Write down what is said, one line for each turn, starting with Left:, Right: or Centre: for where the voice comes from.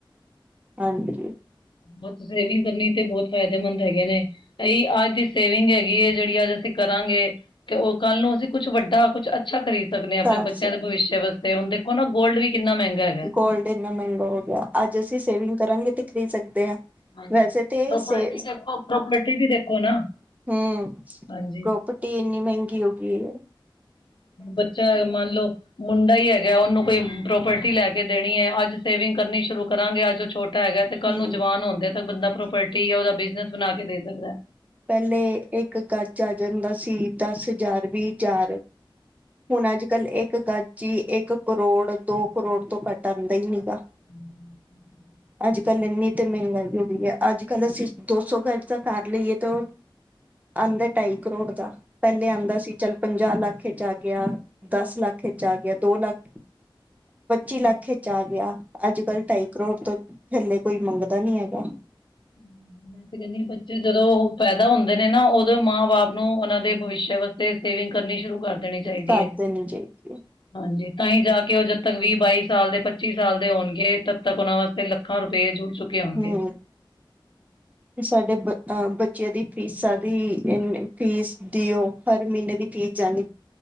Right: ਹਾਂਜੀ
Left: ਬਹੁਤ ਸੇਵਿੰਗ ਕਰਨੀ ਤੇ ਬਹੁਤ ਫਾਇਦੇਮੰਦ ਹੈਗੇ ਨੇ। ਇਹੀ ਅੱਜ ਦੀ ਸੇਵਿੰਗ ਹੈਗੀ ਇਹ ਜਿਹੜੀ ਅੱਜ ਅਸੀਂ ਕਰਾਂਗੇ। ਤੇ ਉਹ ਕੱਲ ਨੂੰ ਅਸੀਂ ਕੁੱਛ ਵੱਡਾ ਕੁੱਛ ਅੱਛਾ ਖਰੀਦ ਸਕਦੇ ਆ। ਆਪਣੇ
Right: ਕਰ
Left: ਬੱਚਿਆਂ
Right: ਸਕ
Left: ਦੇ ਭਵਿੱਸ਼ ਵਾਸਤੇ ਹੁਣ ਦੇਖੋ ਨਾ ਗੋਲਡ ਵੀ ਕਿੰਨਾ ਮਹਿੰਗਾ ਹੈਗਾ
Right: ਗੋਲਡ ਇੰਨਾ ਮਹਿੰਗਾ ਹੋ ਗਿਆ। ਅੱਜ ਅਸੀਂ ਸੇਵਿੰਗ ਕਰਾਂਗੇ ਤੇ ਖਰੀਦ ਸਕਦੇ ਹਾਂ।
Left: ਹਾਂਜੀ
Right: ਵੈਸੇ ਤੇ
Left: ਪ੍ਰੋਪਰਟੀ
Right: ਸੇ
Left: ਦੇਖੋ ਪ੍ਰੋਪਰਟੀ ਵੀ ਦੇਖੋ ਨਾ?
Right: ਹਮ
Left: ਹਾਂਜੀ
Right: ਪ੍ਰੋਪਰਟੀ ਇੰਨੀ ਮਹਿੰਗੀ ਹੋ ਗਈ ਏ।
Left: ਬੱਚਾ ਏ ਮੰਨ ਲਓ ਮੁੰਡਾ ਹੀ ਹੈਗਾ ਉਹਨੂੰ ਕੋਈ ਪ੍ਰੋਪਰਟੀ ਲੈ ਕੇ ਦੇਣੀ ਹੈ ਅੱਜ ਸੇਵਿੰਗ ਕਰਨੀ ਸ਼ੁਰੂ ਕਰਾਂਗੇ ਅੱਜ ਛੋਟ ਛੋਟਾ ਹੈਗਾ ਤੇ ਕੱਲ੍ਹ
Right: ਹਮ
Left: ਨੂੰ ਜਵਾਨ ਹੁੰਦਾ ਤੇ ਬੰਦਾ ਪ੍ਰੋਪਰਟੀ ਜਾਂ ਉਹਦਾ ਬਿਜਨਸ ਬਣਾ ਕੇ ਦੇ ਸਕਦਾ।
Right: ਪਹਿਲੇ ਇੱਕ ਗੱਜ ਆ ਜਾਂਦਾ ਸੀ। ਦਸ ਹਜ਼ਾਰ, ਵੀਹ ਹਜ਼ਾਰ ਹੁਣ ਅੱਜ-ਕੱਲ੍ਹ ਇੱਕ ਗਾਜੀ ਇੱਕ ਕਰੋੜ ਦੋ ਕਰੋੜ ਤੋਂ ਘੱਟ ਆਉਂਦਾ ਹੀ ਨਹੀਂ ਗਾ।
Left: <inaudible>
Right: ਅੱਜ-ਕੱਲ੍ਹ ਇੰਨੀ ਤੇ ਮਹਿੰਗਾਈ ਹੋ ਗਈ ਏ। ਅੱਜ-ਕੱਲ੍ਹ ਅਸੀਂ ਦੋ ਸੌ ਗਜ ਦਾ ਕਰ ਲਈਏ ਤਾਂ ਉਹ ਆਂਦਾ ਢਾਈ ਕਰੋੜ ਦਾ ਪਹਿਲੇ ਆਂਦਾ ਸੀ। ਚੱਲ ਪੰਜਾਹ ਲੱਖ ਜਾ ਆ ਗਿਆ ਦਸ ਲੱਖ ਆ ਗਿਆ, ਦੋ ਲੱਖ, ਪੱਚੀ ਲੱਖ ਆ ਗਿਆ। ਅੱਜ-ਕੱਲ੍ਹ ਢਾਈ ਕਰੋੜ ਤੋਂ ਥੱਲੇ ਕੋਈ ਮੰਗਦਾ ਨਹੀਂ ਹੈਗਾ।
Left: <inaudible> ਮੈਂ ਤੇ ਕਹਿੰਦੀ ਬੱਚੇ ਜਦੋਂ ਉਹ ਪੈਦਾ ਹੁੰਦੇ ਨੇ ਨਾ ਉਦੋਂ ਮਾਂ ਬਾਪ ਨੂੰ ਉਹਨਾਂ ਦੇ ਭਵਿਸ਼ਿਆ ਸੇਵਿੰਗ ਕਰਨੀ ਸ਼ੁਰੂ ਦੇਣੀ ਚਾਹੀਦੀ
Right: ਕਰ
Left: ਏ।
Right: ਦੇਣੀ ਚਾਹੀਦੀ ਹੈ।
Left: ਹਾਂਜੀ ਤਾਂਹੀ ਜਾ ਕੇ ਉਹ ਜਦ ਤੱਕ ਵੀਹ ਬਾਈ ਸਾਲ ਦੇ ਪੱਚੀ ਸਾਲ ਦੇ ਹੋਣਗੇ। ਤਦ ਤੱਕ ਉਹਨਾਂ ਵਾਸਤੇ ਲੱ ਲੱਖਾਂ ਰੁਪਏ ਜੁੜ ਚੁੱਕੇ ਹੋਣਗੇ।
Right: ਹਮ ਸਾਡੇ ਬ ਅਹ ਬੱਚਿਆਂ ਦੀ ਫੀਸਾਂ ਦੀ ਇ ਫੀਸ ਦੀ ਉਹ। ਹਰ ਮਹੀਨੇ ਦੀ ਫੀਸ ਜਾਣੀ